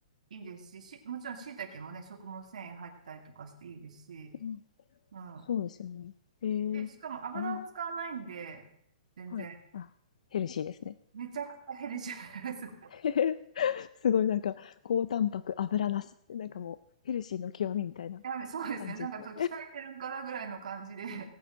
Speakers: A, on the right; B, on the left.
A: いいですし、し、もちろん椎茸もね、食物繊維入ってたりとかしていいですし、
B: うん。
A: うん。
B: そうですよね。ええ、
A: で、しかも油を使わないんで、
B: あん
A: 全然、
B: はい。あ、ヘルシーですね。
A: めちゃくちゃヘルシーです。<laughs>
B: <laughs> すごいなんか、高タンパク、油なし。なんかもう、ヘルシーの極みみたいな
A: やめ、そうですね。
B: 感じですね。
A: なんかちょっと鍛えてるんかなぐらいの感じで、